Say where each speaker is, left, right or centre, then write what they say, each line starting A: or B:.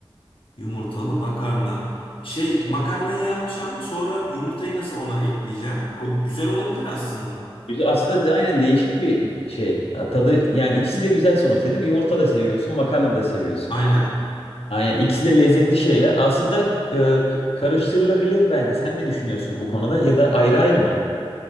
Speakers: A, on the left (about 65°); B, on the left (about 80°).
A: Yumurtalı makarna. Şey
B: Şey.
A: makarnayı yapacağım. Sonra yumurtayı nasıl ona ekleyeceğim? O güzel olabilir aslında.
B: Güzel. Aslında de, aynen değişik bir şey. Ha, Tadı yani ikisi de güzel sonuçta değil mi? Yumurta da seviyorsun, makarna da seviyorsun.
A: Aynen.
B: Aynen ikisi de lezzetli şeyler. Aslında e, k- karıştırılabilir bence. Sen ne düşünüyorsun bu konuda ya da ayrı ayrı mı?